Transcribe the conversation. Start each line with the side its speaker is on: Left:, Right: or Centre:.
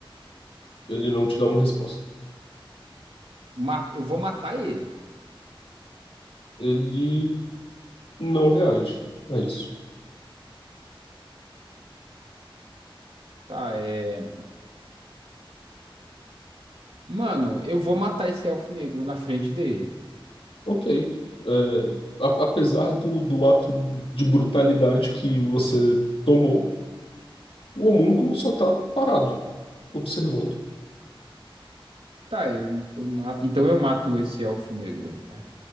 Left: Ele não te dá uma resposta.
Right: Ma- eu vou matar ele.
Left: Ele não reage a isso.
Right: Tá, é. Mano, eu vou matar esse elfo negro na frente dele.
Left: Ok. É, a- apesar do, do ato de brutalidade que você tomou, o homúnculo só tá parado, observando.
Right: Tá, eu, eu ma- Então eu mato esse elfo negro aí, né?